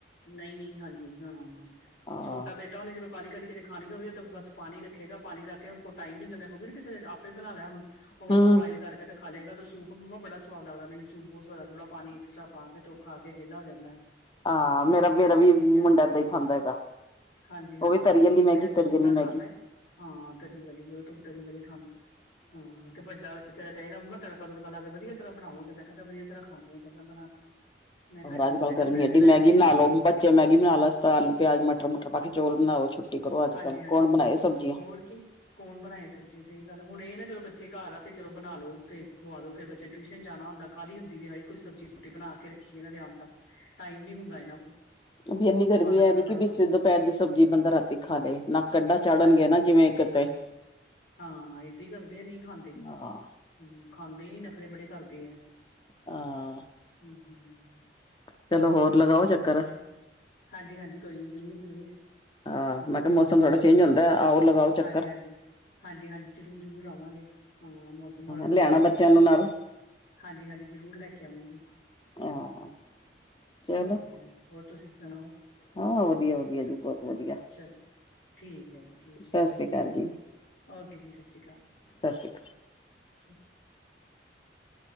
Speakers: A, on the left; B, on the left.
A: ਨਈ -ਨਈ ਹਾਂਜੀ ਹਾਂ,
B: ਹਾਂ
A: ਓ ਛੋਟਾ ਬੇਟਾ ਓਨੇ ਜਦੋਂ ਕਾਹਲੀ -ਕਾਹਲੀ ਕਿਤੇ ਖਾਣੀ ਹੋਵੇ, ਓ ਤਾਂ ਬਸ ਪਾਣੀ ਰੱਖੇਗਾ। ਪਾਣੀ ਰੱਖ ਕੇ ਓਦੇ ਕੋਲ ਟਾਈਮ ਨਈ ਹੁੰਦਾ, ਮੈਂ ਕਓਗੀ ਕਿਸੇ ਵੇਲੇ ਆਪੇ ਬਣਾ ਲੈ ਹੁਣ, ਉਹ ਬਸ
B: ਹਮ
A: ਬੁਆਇਲ ਕਰਕੇ ਤੇ ਖਾਲੇਗਾ ਦਾ ਸੂਪ ਮੰਮਾ ਬੜਾ ਸੁਵਾਦ ਲਗਦਾ, ਮੈਨੂੰ ਸੂਪ ਬੋਤ ਸਵਾਦ ਲਗਦਾ, ਥੋੜਾ ਪਾਣੀ ਐਕਸਟਰਾ ਪਾ ਕੇ, ਤੇ ਓ ਖਾਕੇ ਵੇਲਾ ਹੋ ਜਾਂਦਾ।
B: ਹਾਂ ਮੇਰਾ,
A: ਮੈਂ ਕਿਹਾ ਚੱਲ
B: ਮੇਰਾ ਵੀ
A: ਠੀਕ ਹੈ
B: ਮੁੰਡਾ ਏਦਾਂ ਈ ਖਾਂਦਾ ਹੈਗਾ।
A: ਹਾਂਜੀ ਹਾਂਜੀ
B: ਓ ਵੀ ਤਰੀ ਆਲੀ ਮੈਗੀ,
A: ਮੇਰਾ ਛੋਟਾ
B: ਤਰੀ ਆਲੀ
A: ਖਾਂਦਾ
B: ਮੈਗੀ।
A: ਹੈ ਹਾਂ, ਤਰੀ ਵਾਲੀ ਓ ਤੂ ਤਰੀ ਵਾਲੀ ਖਾਂਦੈ ਹਾਂ, ਤੇ ਵੱਡਾ ਵਿਚਾਰਾ ਕਹੇਗਾ ਮੱਮਾ ਤੜਕਾ- ਤੂੜਕਾ ਲਾ ਕੇ ਵਧੀਆ ਤਰਾਂ ਬਨਾਓ, ਕੈਂਦਾ, ਕੈਂਦਾ ਵਧੀਆ ਤਰਾਂ ਖਾਨੇ ਆ ਕੈਂਦਾ ਬਨਾ ਕੇ। ਮੈਂ ਕੇਆ
B: ਹੋਰ
A: ਠੀਕ
B: ਅੱਜ ਕੱਲ
A: ਐ, ਜਾ
B: ਗਰਮੀ
A: ਬ੍ਰੈਡ
B: ਐਡੀ
A: ਲੈਆਨਗੇ
B: ਮੈਗੀ ਬਣਾ
A: ਨਾਲ।
B: ਲਓ ਬੱਚੇ ਮੈਗੀ ਬਨਾ ਲੈਣ, ਇਸ ਤਰਾ ਆਲੂ, ਪੇਆਜ, ਮਟਰ, ਮੂਟਰ ਪਾ ਕੇ ਚੋਲ ਬਨਾਓ ਛੁੱਟੀ ਕਰੋ ਅੱਜ-ਕੱਲ,
A: ਹਾਂਜੀ ਹਾਂਜੀ
B: ਕੌਨ ਬਨਾਏ ਸਬਜੀਆਂ।
A: ਹੋਰ ਕੀ। ਕੌਣ ਬਨਾਏ ਸਬਜੀ ਸਈ ਗੱਲ ਆ, ਹੁਨ ਏ, ਨਾ ਚਲੋ ਬੱਚੇ ਘਾਰ ਆ, ਤੇ ਚਲੋ ਬਨਾ ਲੋ ਤੇ ਖੁਵਾ ਦੋ ਫੇਰ ਬੱਚੇਆਂ ਨੇ ਟਿਊਸ਼ਨ ਜਾਨਾ ਹੁੰਦਾ। ਕ੍ਹਾਲੀ ਹੁੰਦੀ ਵੀ ਹਾਈ ਕੋਈ ਸਬਜੀ ਰੋਟੀ ਬਨਾ ਕੇ ਰਖੀਏ ਏਨਾਂ ਦੇ ਆਨ ਤਕ, ਟਾਈਮ ਨੀ ਹੁੰਦਾ ਏਨਾਂ ਕੋਲ।
B: ਵੀ ਐਨੀ ਗਰਮੀ
A: ਆਣਾ
B: ਐ
A: ਜਾਣਾ
B: ਨੀ
A: ਬੜਾ
B: ਕੀ
A: ਔਖਾ
B: ਬੀ
A: ਲੱਗਦਾ
B: ਦੁਪੈਰ ਦੀ ਸਬਜੀ ਬੰਦਾ ਰਾਤੀ ਖਾਲੇ, ਨਾ। ਕੱਢਾ ਚਾੜਨਗੇ
A: ਹਾਂਜੀ, ਹਾਂਜੀ
B: ਨਾ ਜਿਵੇਂ
A: ਨਈ,
B: ਕਿਤੇ
A: ਨਈ ਹਾਂ, ਏਦਾਂ ਈ ਕਰਦੇ ਆ ਨਈ ਖਾਂਦੇ। ਹੂੰ,
B: ਹਾਂ
A: ਖਾਂਦੇ ਈ ਨੀ ਨਖਰੇ ਬੜੇ ਕਰਦੇ ਐ। ਹੂੰ,
B: ਹਾਂ
A: ਹੂੰ
B: ਚਲੋ ਹੋਰ ਲਗਾਓ ਚੱਕਰ
A: ਅਸੀ ਹਾਂਜੀ, ਹਾਂਜੀ ਕੋਈ ਨੀ ਜਰੂਰ ਜੀ ਜਰੂਰ।
B: ਹਾਂ
A: ਹਾਂਜੀ
B: ਮੈਂ ਕਿਹਾ
A: ਆਵਾਂਗੇ
B: ਮੌਸਮ ਥੋੜਾ
A: ਕੋਈ
B: ਚੇਂਜ
A: ਨੀ,
B: ਹੁੰਦਾ ਆਓ ਲਗਾਓ ਚੱਕਰ
A: ਹਾਂਜੀ -ਹਾਂਜੀ, ਹਾਂਜੀ-ਹਾਂਜੀ ਜਰੂਰ- ਜਰੂਰ ਆਵਾਂਗੇ। ਹਾਂ ਮੌਸਮ ਹੋ ਲਾਨ ਦੋ
B: ਲਿਆਣਾ
A: ਥੋੜਾ ਚੇਂਜ
B: ਬੱਚਿਆਂ
A: ਹਨਾ।
B: ਨੂੰ ਨਾਲ
A: ਹਾਂਜੀ, ਹਾਂਜੀ ਜਰੂਰ ਲੈ ਕੇ ਆਉਂਗੀ, ਹੂੰ।
B: ਹਾਂ ਚਲੋ
A: ਠੀਕ ਐ, ਹੋਰ ਤੂਸੀ ਸਨਾਓ?
B: ਹਾਂ ਵਧੀਆ, ਵਧੀਆ ਜੀ ਬੋਤ ਵਧੀਆ।
A: ਚਲੋ। ਠੀਕ ਐ ਜੀ, ਠੀਕ
B: ਸਤਿ
A: ਐ,
B: ਸ੍ਰੀ ਅਕਾਲ ਜੀ
A: ਓਕੇ ਜੀ ਸਤ ਸ਼੍ਰੀ ਅਕਾਲ।
B: ਸਤਿ ਸ੍ਰੀ ਅਕਾਲ
A: ਅਸੀ